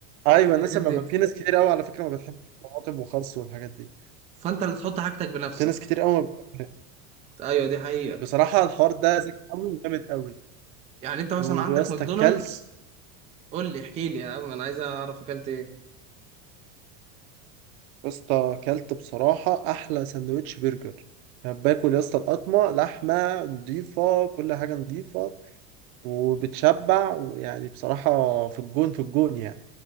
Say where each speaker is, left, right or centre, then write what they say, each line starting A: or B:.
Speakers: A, on the right; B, on the right.
A: ايوه
B: الحاجات
A: الناس ما
B: دي
A: ب... في ناس كتير قوي على فكره ما بتحبش الطماطم وخس والحاجات دي
B: فانت اللي تحط حاجتك بنفسك
A: في ناس كتير قوي ما بتحبش.
B: ايوه دي حقيقة
A: بصراحة الحوار ده ذكي قوي وجامد قوي
B: يعني انت مثلا
A: ويا
B: عندك
A: اسطى
B: ماكدونالدز
A: كلت
B: قول لي احكي لي يا عم انا عايز اعرف اكلت ايه
A: يا اسطى كلت بصراحة أحلى سندوتش برجر أنا باكل يا اسطى القطمة لحمة نضيفة كل حاجة نضيفة وبتشبع ويعني بصراحة في الجون في الجون يعني